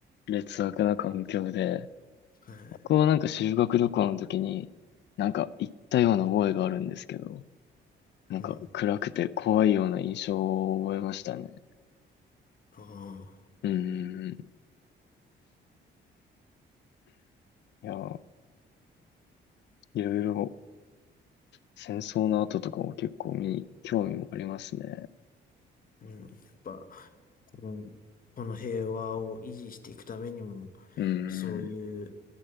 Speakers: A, on the left; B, on the left.
A: 劣悪な環境で。
B: は
A: 僕はなんか修学旅行の時に、なんか行ったような覚えがあるんですけど、なんか暗くて怖いような印象を覚えましたね。
B: い。うん。あ
A: うーん。いやー、いろいろ戦争の後とかも結構見、興味もありますね。
B: あ。うん。やっぱ、もうこの平和を維持していくためにも、
A: うー
B: そういう、
A: ん。